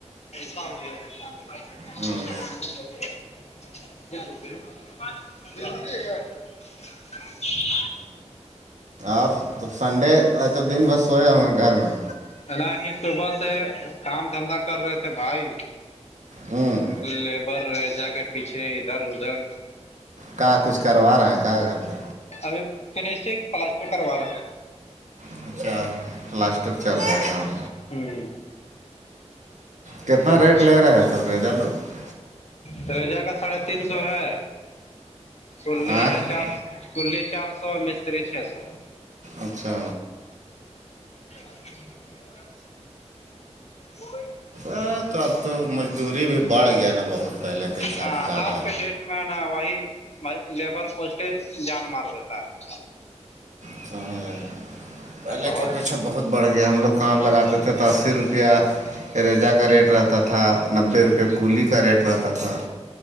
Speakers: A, on the left; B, on the right.
A: سامی ہو <unintelligible>
B: ہوں
A: ہاں
B: آپ تو سنڈے ا توا دن بس سوئے ہوں گے گھر میں
A: نہ ہی صبح سے کام دھندا کر رہے تھے بھائی
B: ہوں
A: لیبر رہ جا کے پیچھے ادھر ادھر
B: کہ کچھ کروا رہے ہیں کہاں گھر پہ
A: ابھی فشٹک پلاسٹر کروا رہا ہیں
B: اچھا پلاسٹر چل رہا ہے کام
A: ہوں
B: کتنا ریٹ
A: <inaudible>
B: لے رہے ہیں سب ریجا لوگ
A: تریجا کا ساڑھے تین سو ہے سولی
B: آئیں
A: ہے چار سو کلی چار سو مستری چھ سو
B: اچھا
A: <inaudible> وہ
B: اے تو اب تو مزدوری بھی بڑھ گیا نا بہت پہلے کے حساب
A: ہاں
B: سے زیادہ
A: آج کے ڈیٹ میں نا وہی لیبر کوسٹ جان مار دیتا ہے
B: <unintelligible> پہلے
A: بہت
B: کے اپیچھا بہت بڑھ گیا ہم لوگ کام لگاتے تھے تو اسی روپیہ اریزا کا ریٹ رہتا تھا نبے روپئے کولی کا ریٹ رہتا تھا